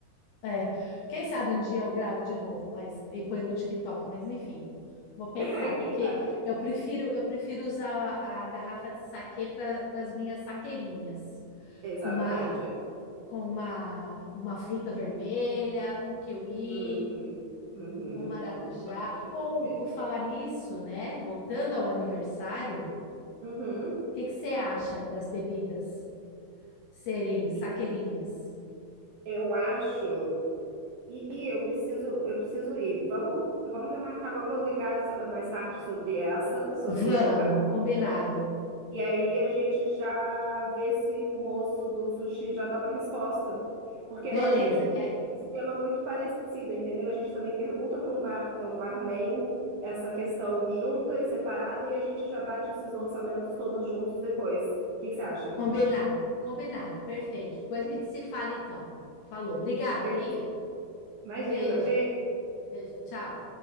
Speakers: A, on the left; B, on the right.
A: É. Quem sabe um dia eu gravo de novo, mas e põe no TikTok, mas enfim. Vou pensar,
B: <laughs>
A: porque
B: Quem sabe?
A: eu prefiro eu prefiro usar a, a garrafa de saquê para as minhas saqueirinhas
B: Exatamente.
A: com uma com uma, uma fruta vermelha, um kiwi,
B: Uhum, uhum.
A: um maracujá.
B: Gosto muito
A: Ou,
B: da primeira.
A: por falar nisso, né? Voltando ao aniversário, o
B: Uhum.
A: que que você acha das bebidas serem saqueirinhas?
B: E Eu acho. E eu preciso, eu preciso ir. Vamos, vamos remarcar, vamos ligar so- mais tarde sobre essa, sobre
A: Vamos,
B: a
A: combinado.
B: né? E aí a gente já vê se o moço do sushi já dá uma resposta. Porque
A: Beleza,
B: eu acho que a gente faz
A: quer?
B: um esquema muito parecido, entendeu? A gente também pergunta para um bar, é um barman essa questão junta e separada e a gente já bate esses orçamentos todos juntos depois. O que que você acha?
A: Combinado, combinado, perfeito. Depois a gente se fala então. Falou. Obrigada,
B: Be-
A: Lia.
B: Imagina,
A: Beijo,
B: beijo.
A: beijo, tchau.